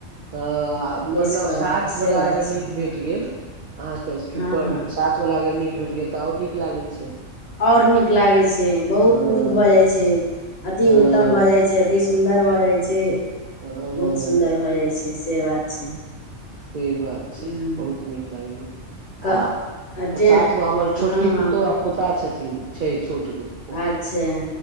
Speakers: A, on the right (about 85°); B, on the left (about 55°).
A: अ
B: बैसि
A: मतलब
B: कऽ
A: साठ
B: से
A: वला
B: बात
A: अगर
B: छै
A: नीक भेट गेल अहाँके
B: हँ
A: ऊपर
B: हँ
A: साात वला अगर नीक भेट गेल तऽ आओर नीक लागै छै
B: आओर नीक लागैत छै बहुत
A: हँ
B: नीक भऽ जाइत छै अति
A: हँ
B: उत्तम भऽ जाइ छै एतेक सुन्दर भऽ जाइ छै
A: हँ
B: बहुत सुन्दर भऽ जाइ छै से बात छै
A: से बात छै
B: हँ
A: बहुत नीक लगैया
B: क
A: आ
B: अटे
A: साथमे हमर
B: हँ
A: छोटकी पुतोहु पोटा छथिन छै छोट गो
B: अच्छा